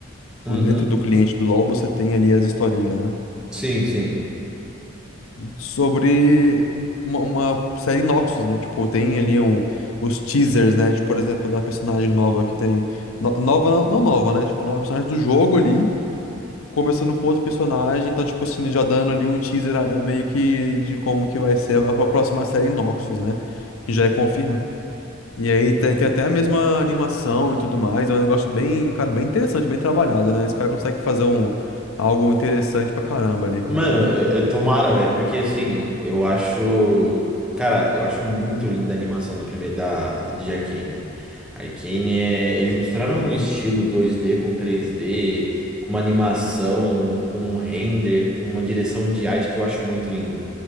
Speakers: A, on the left; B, in the centre.
A: tipo,
B: Uhum.
A: dentro do cliente do LoL você tem ali as historinhas, né?
B: Sim, sim.
A: Sobre uma, uma série Noxus, né? Tipo, tem ali um, os teasers, né? Tipo, por exemplo, da personagem nova que tem. no- nova, não não nova, né? Tipo, nova personagem do jogo ali, começando com outro personagem, então, tipo assim, já dando ali um teaser eh, meio que de como que vai ser a a próxima série Noxus, né? Que já é confirmado. E aí tem, tem até a mesma animação e tudo mais. É um negócio bem, cara, bem interessante, bem trabalhado, né? Esse cara consegue fazer um, algo interessante pra caramba ali com,
B: Mano, eh,
A: com-
B: eh, tomara, velho, porque assim, eu acho. Cara, eu acho muito linda a animação da primeira da, de Arcane. Arcane é. Eles misturaram um estilo 2D com 3D, com uma animação, com um render, com uma direção de arte que eu acho muito lindo.